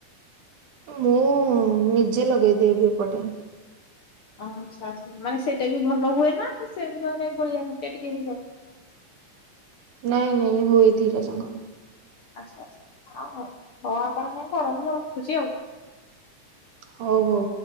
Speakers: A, on the right; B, on the left.
A: ମୁଁ ନିଜେ ଲଗେଇ ଦିଏ ବି ଏପଟେ।
B: ଆଚ୍ଛା ଆଚ୍ଛା ମାନେ ସେଟା ବି ଭଲ ହୁଏ ନା ସେମିତି ମାନେ ଗୋଳିଆ ଘଣ୍ଟିଆ ଟିକେ ହେଇଯାଏ?
A: ନାଇଁ ନାଇଁ ହୁଏ ଧିରଜଙ୍ଗ
B: ଆଚ୍ଛା ଆଚ୍ଛା ଆଉ ହଉ ହଉ ଆପଣ କଣ କରନ୍ତୁ ଆଉ ମୁଁ ରଖୁଛି ଆଉ।
A: ହଉ ହଉ।